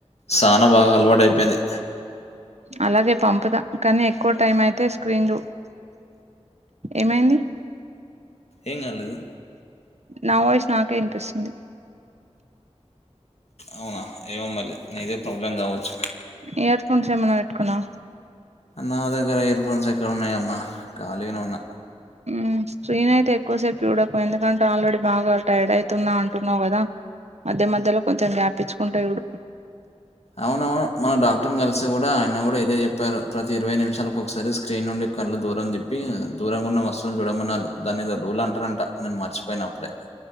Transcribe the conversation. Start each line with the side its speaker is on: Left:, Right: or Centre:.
Left: సానా బాగా అలవాటైపోయింది
Right: అలాగే పంపుదా కానీ ఎక్కువ టైం అయితే స్క్రీన్ రూ ఏమైంది
Left: ఏం గాలేదు
Right: నా వాయిస్ నాకే ఇనిపిస్తుంది
Left: అవునా ఏమొ మరి నీదే ప్రాబ్లం కావచ్చు
Right: ఇయర్ ఫోన్స్ ఏమన్న పెట్టుకున్నవ
Left: నా దగ్గర ఇయర్ఫోన్స్ ఎక్కడ ఉన్నాయమ్మా ఖాళీగానే ఉన్న
Right: ఊ స్క్రీన్ అయితే ఎక్కువసేపు చూడకు ఎందుకంటే ఆల్రెడీ బాగా టైర్డ్ ఐతున్నా అంటున్నావు కదా మధ్య మధ్యలో కొంచెం గ్యాపిచ్చుకుంట చూడు
Left: అవునవును మన డాక్టర్ కలిసి కూడా ఆయన కూడా ఇదే చెప్పారు ప్రతి ఇరవై నిమిషాలకు ఒకసారి స్క్రీన్ నుండి కళ్ళ దూరం దిప్పి దూరంగా ఉన్న వస్తువులను చూడమన్నారు దాని ఏదో రూల్ అంటరంట నేను మర్చిపోయిన అప్పుడే